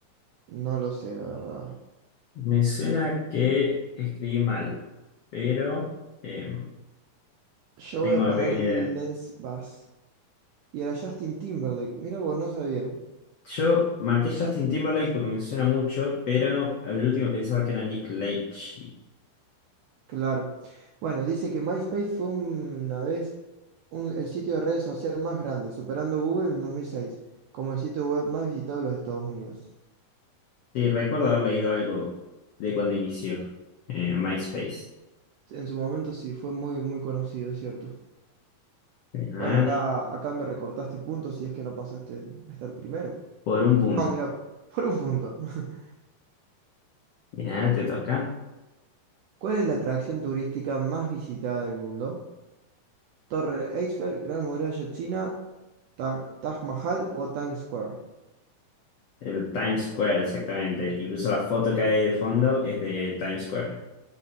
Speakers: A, on the right; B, on the left.
A: No lo sé, la verdad.
B: Me suena que escribí mal, pero em,
A: Yo
B: tengo
A: voy a poner
B: una pequeña
A: Lens
B: idea.
A: Bass. Y era Justin Timberlake. Mira vos, no sabía.
B: Yo marqué Justin Timberlake porque me suena mucho, pero al último pensaba que era Nick Leitch.
A: Claro. Bueno, dice que MySpace fue una vez un- el sitio de redes social más grande, superando Google en 2006, como el sitio web más visitado de los Estados Unidos.
B: Sí, recuerdo haber leído algo de cuando inició eh, MySpace.
A: En su momento sí, fue muy, muy conocido, es ¿cierto?
B: Bien, A
A: Bueno, acá,
B: ver,
A: acá me recortaste puntos si es que no pasaste a estar primero.
B: por un punto.
A: No, mira, <laughs> por un punto. <laughs>
B: Ya te toca.
A: ¿Cuál es la atracción turística más visitada del mundo? Torre Eiffel, Gran Muralla China, Ta- Taj Mahal o Times Square.
B: El Times Square, exactamente. Incluso la foto que hay de fondo es de Times Square.